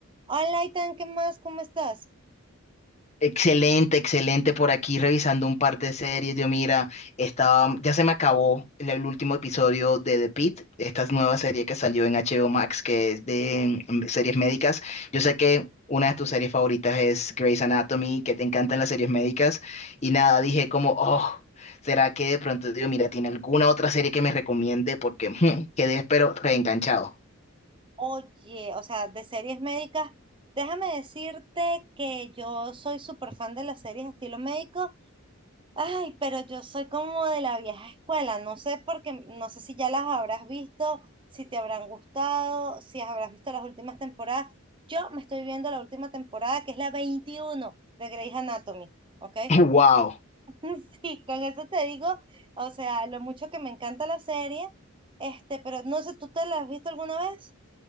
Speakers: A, on the right (about 25°); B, on the left (about 30°).
A: Hola, Itan, ¿qué más? ¿Cómo estás?
B: Excelente, excelente. Por aquí revisando un par de series. Yo, mira, estaba, ya se me acabó el, el último episodio de The Pitt, esta nueva serie que salió en HBO Max, que es de mm, series médicas. Yo sé que una de tus series favoritas es Grey's Anatomy, que te encantan las series médicas. Y nada, dije como, oh, ¿será que de pronto, digo, mira, tiene alguna otra serie que me recomiende? Porque <laughs> mm, quedé, pero reenganchado.
A: Oye, o sea, de series médicas, déjame decirte que yo soy súper fan de las series estilo médico. Ay, pero yo soy como de la vieja escuela. No sé porque, no sé si ya las habrás visto, si te habrán gustado, si habrás visto las últimas temporadas. Yo me estoy viendo la última temporada, que es la 21 de Grey's Anatomy, ¿ok?
B: <laughs> ¡Wow!
A: <laughs> Sí, con eso te digo, o sea, lo mucho que me encanta la serie, este, pero no sé, ¿tú te la has visto alguna vez?